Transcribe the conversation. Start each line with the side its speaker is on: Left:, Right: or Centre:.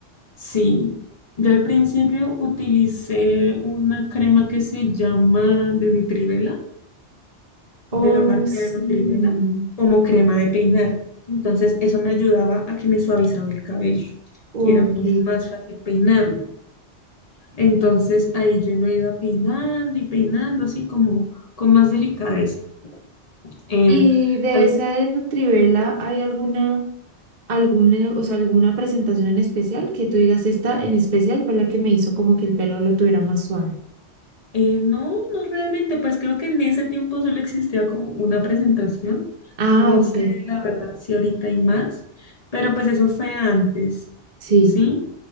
Left: sí, yo al principio utilicé una crema que se llama de Nutrivela,
Right: Oh,
Left: de la marca
Right: sí.
Left: de Nutrivela, como crema de peinar. Entonces eso me ayudaba a que me suavizaba el cabello
Right: Ok.
Left: y era mucho más fácil peinarlo. Entonces ahí yo lo iba peinando y peinando así como con más delicadeza. Em,
Right: ¿Y de
Left: al-
Right: esa de Nutrivela hay alguna, alguna, o sea, alguna presentación en especial que tú digas esta en especial fue la que me hizo como que el pelo lo tuviera más suave?
Left: Eh, no, no realmente, pues creo que en ese tiempo solo existía como una presentación.
Right: Ah,
Left: No
Right: ok.
Left: sé la verdad si ahorita hay más, pero pues eso fue antes,
Right: Sí.
Left: ¿sí?